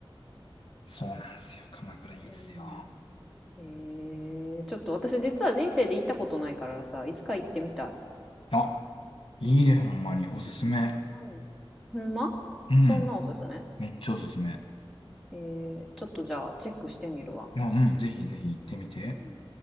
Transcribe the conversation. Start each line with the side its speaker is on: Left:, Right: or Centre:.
Left: そうなんですよ。鎌倉いいですよ。
Centre: うん。へえー、ちょっと私実は人生で行ったことないからさ、いつか行ってみたい。
Left: あ、いいでほんまに。おすすめ。
Centre: うんほんまそんなおすすめ
Left: うん。めっちゃおすすめ。
Centre: えー、ちょっとじゃあチェックしてみるわ。
Left: あ、うん、ぜひぜひ行ってみて。
Centre: うん